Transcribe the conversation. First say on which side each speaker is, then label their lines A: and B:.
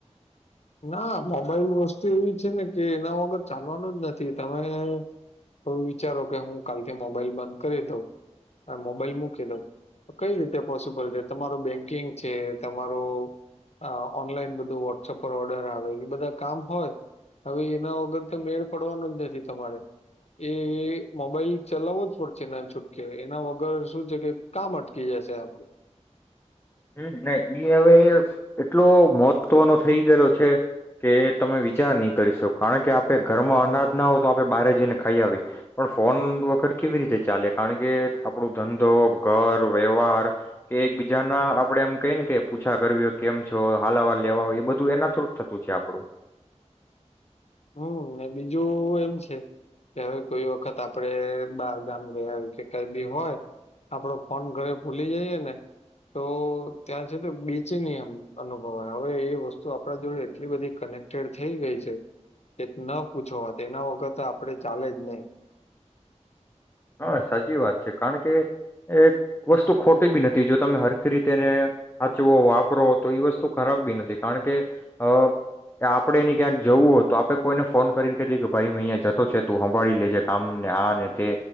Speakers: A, on the left; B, on the left.
A: ના મોબાઈલ વસ્તુ એવી છે ને કે એના વગર ચાલવાનું જ નથી. તમારે કો વિચારો કે હું કાલથી મોબાઈલ બંધ કરી દઉં ને મોબાઈલ મૂકી દઉં તો કઈ રીતે પોસિબલ છે, તમારું બેંકિંગ છે, તમારું અહ ઓનલાઈન બધું વોટ્સઅપ પર ઓર્ડર આવે ઈ બધા કામ હોય, હવે એના વગર તો મેળ પડવાનો જ નથી તમારે. એ એ મોબાઈલ ચલાવવો જ પડશે ના છૂટકે, એના વગર શું છે કે કામ અટકી જશે આપડું.
B: હમ્મ, <unintelligible> ઈ હવે એટલો મહત્વનો થઈ ગયેલો છે કે તમે વિચાર નહી કરી શકો, કારણ કે આપે ઘરમાં અનાજ ના હોવ તો આપણે બહારે જઈને ખાઈ આવી, પણ ફોન વગર કેવી રીતે ચાલે? કારણ કે આપણું ધંધો, ઘર, વ્યવહાર કે એકબીજાના આપડે એમ કઈને કે પૂછા કરવી કેમ છો, હાલાવા લેવા, ઈ બધું એના થ્રું જ થતું છે આપડું.
A: હમ્મ. ને બીજું એમ છે કે હવે કોઈ વખત આપડે બાર ગામ ગયા હોય કે કઈ બી હોય, આપડો ફોન ઘરે ભૂલી જઈએ ને તો ત્યાં છે તો બીચની એમ અનુભવાય હવે એ વસ્તુ આપણા જોડે એટલી બધી કનેક્ટેડ થઈ ગઈ છે કે ન પૂછો વાત, એના વગર તો આપણે ચાલે જ નહીં.
B: હા સાચી વાત છે, કારણ કે એક વસ્તુ ખોટી બી નથી, જો તમે હરખી રીતે એને હાચવો, વાપરો તો ઈ વસ્તુ ખરાબ બી નથી, કારણ કે અહ કે આપણે એની ક્યાંક જવું હોય તો આપણે કોઈને ફોન કરીને કહી દેય કે ભાઈ મે અહીંયા જતો છે, તું હંભાળી લેજે કામને આ ને તે.